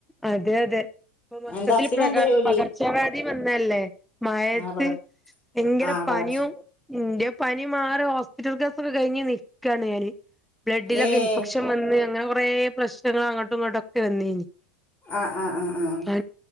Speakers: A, in the centre; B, on the left.
A: അതെ അതെ പ്പ മൊത്തത്തിൽ
B: എന്താ ഹസ്സിനെന്താ
A: പ്രക
B: ജോലി
A: പകർച്ചവാദി വന്നല്ലേ മഴത്ത്
B: ആഹ് പകർ
A: യങ്കര
B: ആഹ്
A: പനിയും
B: പകർച്ച
A: ഇന്റെ പനി മാറി ഹോസ്പിറ്റൽ ഗാസൊക്കെ കഴിഞ്ഞ് നിക്കാണ് ഞാന് ബ്ലഡിലൊക്കെ
B: ഏഹ്
A: ഇൻഫെക്ഷൻ വന്ന് അങ്ങനെ കൊറെ പ്രശ്നങ്ങള് അങ്ങോട്ടും ഇങ്ങോട്ടൊക്കെ വന്നിനി
B: ആഹ് ആഹ് ആഹ് ആഹ്
A: അ